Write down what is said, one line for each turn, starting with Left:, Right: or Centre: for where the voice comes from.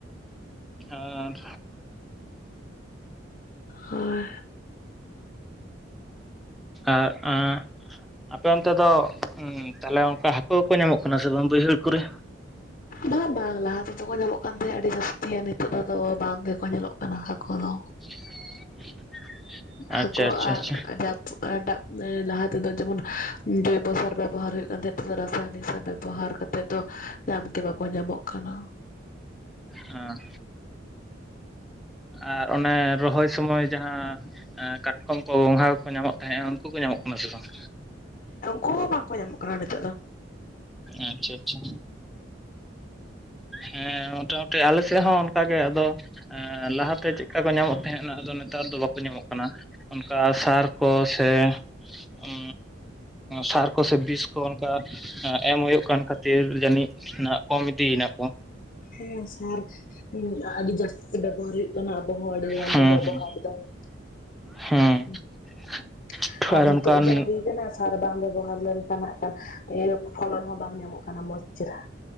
Centre: ᱟᱨ
Left: ᱦᱳᱭ
Centre: ᱟᱨ ᱟᱸ ᱟᱯᱮ ᱚᱱᱛᱮ ᱫᱚ ᱦᱩᱸ ᱛᱟᱦᱚᱞᱮ ᱚᱱᱠᱟ ᱦᱟᱹᱠᱩ ᱦᱚᱸᱠᱚ ᱧᱟᱢᱚᱜ ᱠᱟᱱᱟ ᱥᱮ ᱵᱟᱝ ᱵᱟᱹᱭᱦᱟᱹᱲ ᱠᱚᱨᱮ?
Left: ᱵᱟᱝ ᱵᱟᱝ ᱞᱟᱦᱟ ᱛᱮᱫᱚ ᱠᱚ ᱧᱟᱢᱚᱜ ᱠᱟᱱ ᱛᱟᱦᱮᱸᱫ ᱟᱹᱰᱤ ᱡᱟᱹᱥᱛᱤ ᱟᱨ ᱱᱤᱛᱚᱜ ᱫᱚᱫᱚ ᱵᱟᱝ ᱜᱮᱠᱚ ᱧᱮᱞᱚᱜ ᱠᱟᱱᱟ ᱦᱟᱠᱳ ᱫᱚ
Centre: <unintelligible>
Left: ᱦᱟᱠᱳ
Centre: ᱟᱪᱪᱷᱟ
Left: ᱟᱨ
Centre: ᱟᱪᱪᱷᱟ
Left: <unintelligible> ᱮᱴᱟᱜ ᱮᱸ ᱞᱟᱦᱟ ᱛᱮᱫᱚ ᱡᱮᱢᱚᱱ ᱡᱚᱭᱵᱚ ᱥᱟᱨ ᱵᱮᱵᱚᱦᱟᱨ ᱦᱩᱭᱩᱜ ᱠᱟᱱ ᱛᱟᱦᱮᱸ <unintelligible> ᱨᱟᱥᱟᱭᱚᱱᱤᱠ ᱥᱟᱨ ᱵᱮᱵᱚᱦᱟᱨ ᱠᱟᱛᱮᱫ ᱛᱮᱫ ᱫᱚ ᱧᱟᱢ ᱜᱮ ᱵᱟᱠᱚ ᱧᱟᱢᱚᱜ ᱠᱟᱱᱟ
Centre: ᱦᱮᱸ ᱟᱨ ᱚᱱᱮ ᱨᱚᱦᱚᱭ ᱥᱚᱢᱚᱭ ᱡᱟᱦᱟᱸ ᱠᱟᱴᱠᱚᱢ ᱠᱚ ᱜᱚᱸᱜᱷᱟ ᱠᱚᱠᱚ ᱧᱟᱢᱚᱜ ᱦᱮᱸ ᱩᱱᱠᱩ ᱠᱚ ᱧᱟᱢᱚᱜ ᱠᱟᱱᱟ ᱥᱮ ᱵᱟᱝ?
Left: ᱠᱚ ᱵᱟᱝᱠᱚ ᱧᱟᱢᱚᱜ ᱠᱟᱱᱟ ᱱᱤᱛᱚᱜ ᱫᱚ
Centre: ᱟᱪᱪᱷᱟ ᱟᱪᱪᱷᱟ ᱦᱮᱸ ᱢᱳᱴᱟ ᱟᱞᱮᱥᱮᱫ ᱦᱚᱸ ᱚᱱᱠᱟ ᱜᱮ ᱟᱫᱚ ᱞᱟᱦᱟᱛᱮ ᱪᱮᱫᱠᱟ ᱠᱚ ᱧᱟᱢᱚᱜ ᱛᱟᱦᱮᱸᱱᱟ ᱟᱫᱚ ᱱᱮᱛᱟᱨ ᱫᱚ ᱵᱟᱠᱚ ᱧᱟᱢᱚᱜ ᱠᱟᱱᱟ ᱚᱱᱠᱟ ᱥᱟᱨ ᱠᱚ ᱥᱮ ᱩ ᱥᱟᱨ ᱠᱚ ᱥᱮ ᱵᱤᱥ ᱠᱚ ᱚᱱᱠᱟ ᱮᱸ ᱮᱢ ᱦᱩᱭᱩᱜ ᱠᱟᱱ ᱠᱷᱟᱹᱛᱤᱨ ᱡᱟᱹᱱᱤᱡ ᱱᱟᱜ ᱠᱚᱢ ᱤᱫᱤᱭᱮᱱᱟᱠᱚ
Left: ᱦᱮᱸ ᱥᱟᱨ ᱟᱹᱰᱤ ᱡᱟᱹᱥᱛᱤ ᱵᱮᱵᱚᱦᱟᱨ ᱦᱩᱭᱩᱜ ᱠᱟᱱᱟ ᱟᱵᱚ ᱦᱚᱸ ᱟᱹᱰᱤ ᱜᱟᱱ
Centre: ᱦᱮᱸ
Left: ᱵᱚᱱ ᱵᱮᱵᱚᱦᱟᱨᱫᱟ
Centre: ᱦᱮᱸ
Left: <unintelligible>
Centre: ᱦᱮᱸ <unintelligible>
Left: ᱟᱨ ᱱᱤᱛᱳᱜ
Centre: ᱚᱱᱠᱟᱱ
Left: ᱡᱟ ᱦᱩᱭ ᱠᱟᱱᱟ ᱥᱟᱨ ᱵᱟᱝ ᱵᱮᱵᱚᱦᱟᱨ ᱞᱮᱱᱠᱷᱟᱱ ᱦᱟᱸᱜ ᱠᱷᱟᱱ ᱤᱭᱟᱹ ᱯᱷᱚᱞᱚᱱ ᱦᱚᱸ ᱵᱟᱝ ᱧᱟᱢᱚᱜ ᱠᱟᱱᱟ ᱢᱚᱸᱡᱽ <unintelligible>